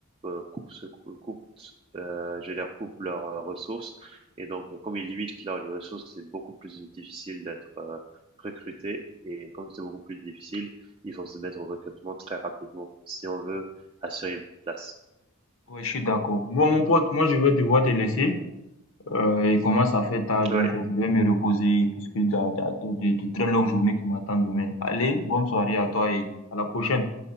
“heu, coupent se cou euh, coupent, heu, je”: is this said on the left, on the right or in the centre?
Right